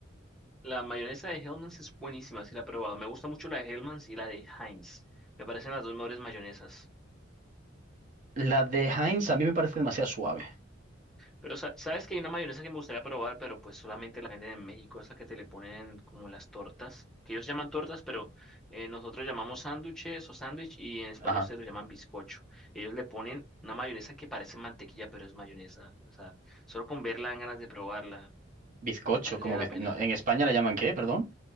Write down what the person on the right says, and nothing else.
La de Heinz a mí me parece demasiado suave.
Ajá.
Bizcocho,
como
biz-
no, en España le llaman ¿qué? Perdón.